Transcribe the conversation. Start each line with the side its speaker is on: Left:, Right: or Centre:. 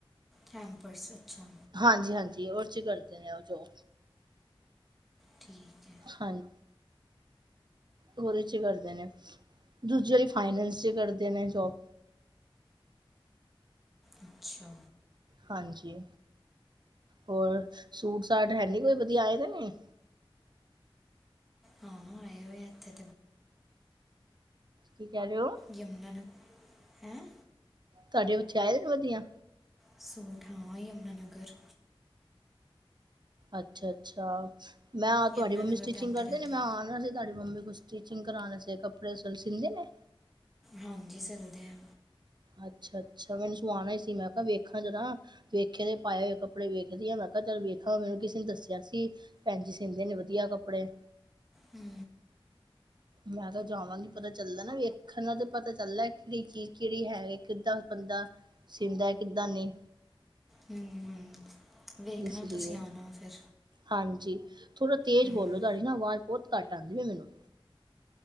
Centre: ਕੈਂਪਸ ਅੱਛਾ।
Right: ਹਾਂਜੀ ਹਾਂਜੀ ਉੱਚ ਕਰਦੇ ਨੇ ਉਹ ਜੋ
Centre: ਠੀਕ ਹੈ।
Right: ਹਾਂਜੀ। ਉਹਦੇ ਚ ਕਰਦੇ ਨੇ ਦੂਜੀ ਵਾਰੀ ਫਾਈਨਸ ਚ ਕਰਦੇ ਨੇ ਜੋਬ।
Centre: ਅੱਛਾ।
Right: ਹਾਂਜੀ ਹੋਰ ਸੂਟ ਸਾਟ ਹੈ ਨਹੀਂ ਕੋਈ ਵਧੀਆ ਆਏ ਦੇ ਨੇ।
Centre: ਹਾਂ ਹਾਂ ਆਏ ਇਥੇ।
Right: ਕੀ ਕਹਿ ਰਹੇ ਹੋ।
Centre: ਯਮਨਾਂ ਨਗਰ। ਹੈਂ
Right: ਤੁਹਾਡੇ ਉੱਥੇ ਆਏ ਨੇ ਵਧੀਆ
Centre: ਸੂਟ ਹਾਂ ਏ। ਯਮਨਾਨਗਰ।
Right: ਅੱਛਾ, ਅੱਛਾ ਮੈਂ
Centre: ਯਮੁਨਾ
Right: ਤੁਹਾਡੀ ਮੰਮੀ
Centre: ਨਗਰ
Right: ਸਟਿਚਿੰਗ
Centre: ਦੇ ਆਉਂਦੇ
Right: ਕਰਦੇ
Centre: ਰਹਿੰਦੇ
Right: ਨੇ ਮੈਂ ਆਣਾ ਸੀ ਤੁਹਾਡੀ ਮੰਮੀ ਕੁਛ ਸਟਿਚਿੰਗ ਕਰਾਣੇ ਚ ਕੱਪੜੇ ਸਿਲਦੇ ਨੇ।
Centre: ਹਾਂਜੀ ਸਿਲਦੇ ਆ।
Right: ਅੱਛਾ-ਅੱਛਾ ਮੈ ਸਵਾਉਣਾ ਹੀ ਸੀ ਮੈਂ ਕਿਹਾ ਵੇਖਾਂ ਜਰਾ। ਵੇਖੇ ਦੇ ਪਾਏ ਹੋਏ ਕੱਪੜੇ ਵੇਖਦੀ ਆਂ, ਮੈਂ ਕਿਹਾ ਚੱਲ ਵੇਖਾਂ ਮੈਨੂੰ ਕਿਸੇ ਨੇ ਦੱਸਿਆ ਸੀ। ਭੈਣ ਜੀ ਸੀਂਦੇ ਨੇ ਵਧੀਆ ਕੱਪੜੇ।
Centre: ਹੂੰ,
Right: ਮੈਂ ਤਾ ਜਾਵਾਂਗੀ, ਪਤਾ ਚੱਲਦਾ ਨਾ ਵੀ ਦੇਖਣ ਤੇ ਪਤਾ ਚੱਲਦਾ ਕਿਹੜੀ ਕਿ ਚੀਜ਼ ਕਿਹੜੀ ਹੈ, ਕਿੱਦਾਂ ਬੰਦਾ ਸੀਂਦਾ, ਕਿੱਦਾਂ ਨਈ।
Centre: ਹੂੰ-ਹੂੰ, ਵੇਖਣਾ
Right: ਇਸ ਲਈ
Centre: ਤੁਸੀਂ ਆਣਾ ਫਿਰ।
Right: ਹਾਂਜੀ, ਥੋੜ੍ਹਾ ਤੇਜ਼
Centre: ਹੂੰ
Right: ਬੋਲੋ, ਤੁਹਾਡੀ ਨਾ ਆਵਾਜ਼ ਬਹੁਤ ਘੱਟ ਆਂਦੀ ਵੀ ਐ ਮੈਨੂੰ।